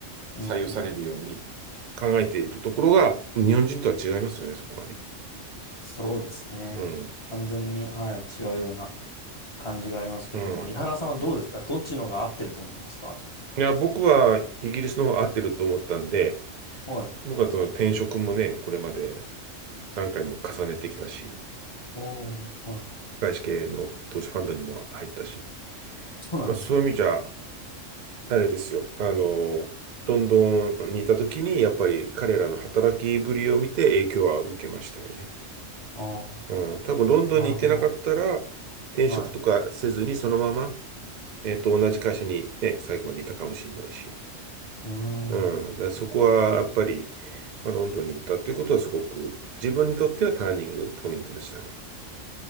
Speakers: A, on the left; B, on the right.
A: うん。
B: 採用されるように。
A: うん
B: 考えているところが、日本人とは違いますよね、そこはね。
A: そうですね。
B: うん。
A: 完全に、はい、違うような感じがありますけども、
B: うん。
A: 井原さんはどうですかどっちの方が合ってると思いますかじゃ
B: いや、僕はイギリスの方が合ってると思ったんで、
A: あ。はい。
B: 僕はその転職もね、これまで何回も重ねてきたし、
A: おー、はい。
B: 外資系の投資ファンドにも入ったし、
A: そうなんですか。
B: まあそういう意味じゃ、あれですよ、あの、ロンドンにいた時に、やっぱり彼らの働きぶりを見て影響は受けましたよね。
A: あ
B: うん、
A: あ、
B: 多分ロンドンに行ってなかったら、
A: なるほど。
B: 転職とかせずにそのまま、
A: はい。
B: えっと、同じ会社にね、最後までいたかもしれないし。
A: うーん。
B: うん、だからそこはやっぱり、まあ、ロンドンに行ったっていうことはすごく自分にとってはターニングポイントでしたね。